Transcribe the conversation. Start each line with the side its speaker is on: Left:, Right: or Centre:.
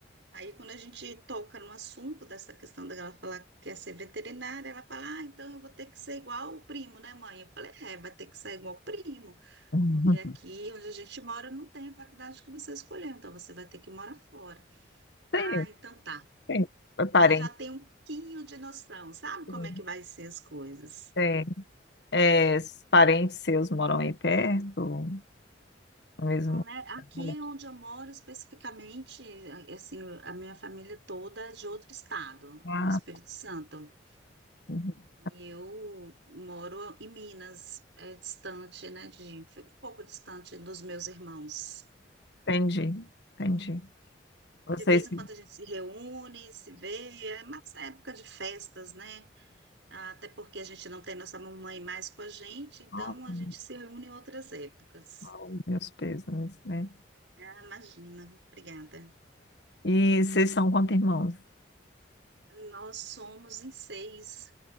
Right: Aí, quando a gente toca no assunto dessa questão dela falar que quer ser veterinária, ela fala: Ah, então eu vou ter que ser igual o primo, né, mãe? Eu falei: É, vai ter que ser igual o primo,
Left: Uhum.
Right: porque aqui onde a gente mora não tem a faculdade que você escolheu, então você vai ter que morar fora. Ah,
Left: Tem,
Right: então tá.
Left: tem
Right: Então
Left: parentes,
Right: ela já tem um pouquinho de noção, sabe
Left: sim
Right: como é que vai ser as coisas.
Left: sim. É, s- parentes seus moram aí perto, no mesmo
Right: Então, né, aqui
Left: lugar?
Right: onde eu moro especificamente, assim, a minha família toda é de outro estado,
Left: Ah,
Right: no Espírito Santo.
Left: uhum.
Right: E eu moro em Minas, é distante, né, de, fico um pouco distante dos meus irmãos.
Left: entendi, entendi. Vocês
Right: De vez em
Left: se...
Right: quando a gente se reúne, se vê, é mais época de festas, né? Até porque a gente não tem nossa mamãe mais com a gente, então
Left: Uhum.
Right: a gente se reúne em outras épocas.
Left: Oh, Meus pêsames, né?
Right: Ah, imagina, obrigada.
Left: E vocês são quantos irmãos?
Right: Nós somos em seis,